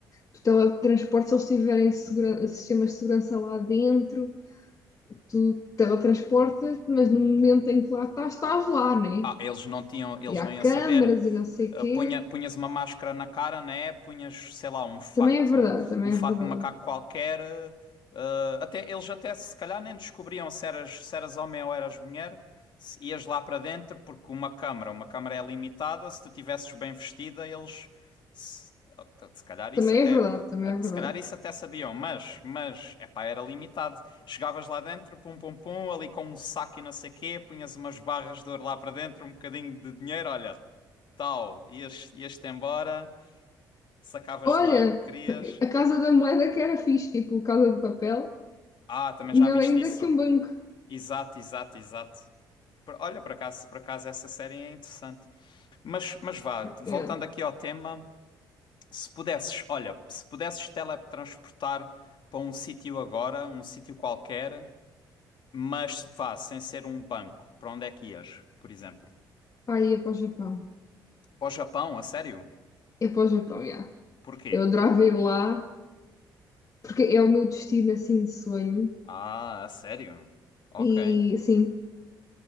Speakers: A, on the left (about 40°); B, on the left (about 60°).
A: do teletransporte, se eles tiverem segura- sistemas de segurança lá dentro. tu teletransportas, mas no momento em que lá estás, estás lá, né?
B: Ah, eles não tinham, eles
A: E há
B: não iam
A: câmaras
B: saber.
A: e não sei
B: Ah,
A: o quê.
B: Punha, punhas uma máscara na cara, né? Punhas, sei lá, um fato,
A: Também é verdade, também
B: um fato
A: é verdade.
B: de macaco qualquer. ah, até, eles até se calhar nem descobriam se eras, se eras homem ou eras mulher. Se ias lá para dentro, porque uma câmara, uma câmara é limitada. Se tu tivesses bem vestida, eles se, ah, se calhar isso
A: Também
B: até,
A: é verdade, também é verdade.
B: se calhar isso até sabiam, mas, mas, epá, era limitado. Chegavas lá dentro, pum pum pum, ali com um saco e não sei quê, punhas umas barras de ouro lá para dentro, um bocadinho de dinheiro, olha, tal, ias, ias-te embora, sacavas
A: Olha,
B: de lá o que querias.
A: a Casa da Moeda que era fixe, tipo Casa de Papel,
B: Ah, também
A: melhor
B: já viste
A: ainda
B: isso?
A: que um banco.
B: Exato, exato, exato. Por- Olha, por acaso, por acaso essa série é interessante. Mas, mas vá, voltando
A: Yeah.
B: aqui ao tema, se pudesses, olha, se pudesses teletransportar para um sítio agora, um sítio qualquer, mas vá, sem ser um banco, para onde é que ias, por exemplo?
A: Pá, ia para o Japão.
B: Para o Japão, a sério?
A: Ia para o Japão, yeah.
B: Porquê?
A: Eu adorava ir lá, porque é o meu destino, assim, de sonho.
B: Ah, a sério? Ok,
A: E, sim,